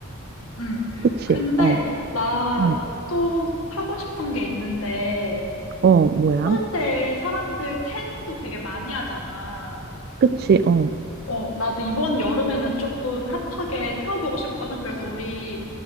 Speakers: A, on the left; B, on the right.
A: 음.
B: 그치?
A: 근데,
B: 어,
A: 나
B: 음,
A: 또 하고 싶은 게 있는데,
B: 어, 뭐야?
A: 해운대에 사람들 태닝도 되게 많이 하잖아.
B: 그치? 어,
A: 어, 나도 이번 여름에는 조금 핫하게 태워보고 싶거든. 그래서 우리